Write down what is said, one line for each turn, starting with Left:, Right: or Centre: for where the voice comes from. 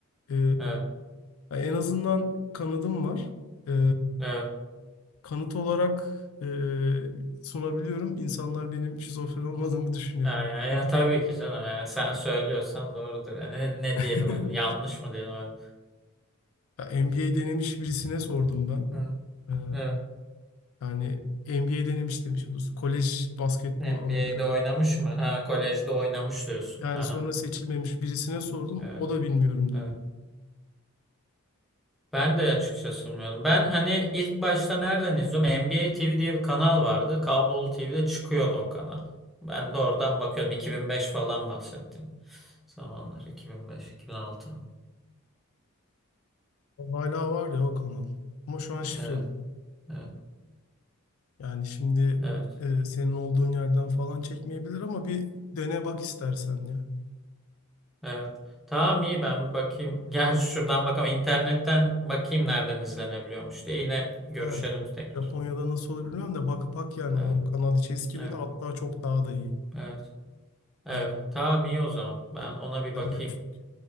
Left: E,
Centre: Evet.
Left: yani en azından kanadım var. E,
Centre: Evet.
Left: kanıt olarak e, sunabiliyorum. İnsanlar benim şizofren olmadığımı düşünüyor.
Centre: Ya, ya, ya
Left: MBA'lerin.
Centre: tabii ki canım ya sen söylüyorsan doğrudur. Yani ne, ne
Left: <laughs>
Centre: diyelim hani yanlış mı diyelim? ha?
Left: Ya MBA denemiş birisine sordum ben.
Centre: Hı,
Left: Ee,
Centre: evet.
Left: yani MBA denemiş demiş. Bu kolej basketbolu
Centre: NBA'de
Left: Amerika'da.
Centre: oynamış mı? Ha kolejde oynamış diyorsun.
Left: Yani
Centre: Aha.
Left: sonra seçilmemiş birisine sordum.
Centre: Evet,
Left: O da bilmiyorum dedi.
Centre: evet. Ben de açıkçası bilmiyordum. Ben hani ilk başta nereden izliyorum? NBA TV diye bir kanal vardı. Kablolu TV'de çıkıyordu o kanal. Ben de oradan bakıyorum. 2005 falan bahsettim. Zamanlar 2005, 2006.
Left: O Hala var ya o kanal. Ama şu an şifreli.
Centre: Evet, evet,
Left: Yani şimdi
Centre: evet.
Left: e, senin olduğun yerden falan çekmeyebilir ama bir dene bak istersen ya.
Centre: Evet. Tamam iyi ben bir bakayım. <laughs> Gerçi şuradan bakamam. İnternetten bakayım nereden izlenebiliyormuş diye. Yine görüşelim
Left: Ha,
Centre: tekrar.
Left: Japonya'da nasıl olur bilmiyorum da bak bak yani
Centre: Evet.
Left: o kanal içi eski
Centre: Evet.
Left: biri hatta çok daha da iyi.
Centre: Evet. Evet.
Left: Hadi
Centre: Tamam iyi o zaman. Ben ona bir
Left: hadi
Centre: bakayım.
Left: görüşürüz.